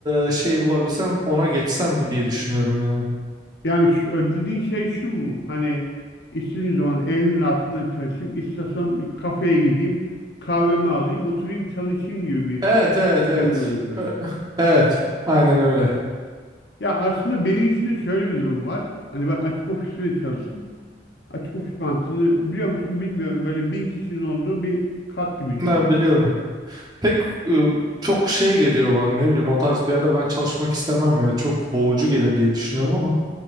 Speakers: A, on the right; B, on the left.
A: e, şey bulabilsem ona geçsem mi diye düşünüyorum yani.
B: Yani şu, ödediğin şey şu mu? Hani istediğim zaman evimin altından çalışayım. İstesem bir kafeye gideyim. Kahvemi alayım, oturayım, çalışayım gibi bir
A: Evet evet
B: düzenimi
A: evet.
B: özledim.
A: E- Evet aynen öyle.
B: Ya aslında benim için de şöyle bir durum var. Hani ben açık ofiste de çalıştım. Açık ofis mantığını biliyor musun bilmiyorum. Böyle bin kişinin olduğu bir kat gibi düşün.
A: Ha, biliyorum. Pek e, çok şey geliyor bana ne bileyim o tarz bir yerde ben çalışmak istemem ya. Çok boğucu gelir diye düşünüyorum ama.